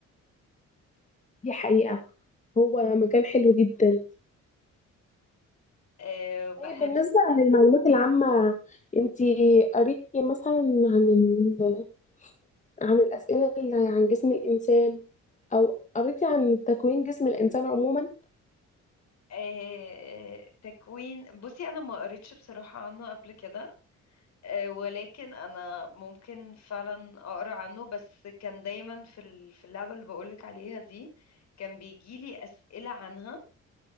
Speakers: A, on the left; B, on the left.
A: دي حقيقة هو مكان حلو جدا
B: أه بحب
A: طيب بالنسبة للمعلومات العامة انتي قريتي مثلا عن ال... عن الأسئلة اللي عن جسم الإنسان أو قريتي عن تكوين جسم الإنسان عموما؟
B: أه تكوين بصي أنا ما قريتش بصراحة عنه قبل كده أه ولكن أنا ممكن فعلا أقرأ عنه بس كان دايما في ال- في اللعبة اللي بقولك عليها دي كان بيجيلي أسئلة عنها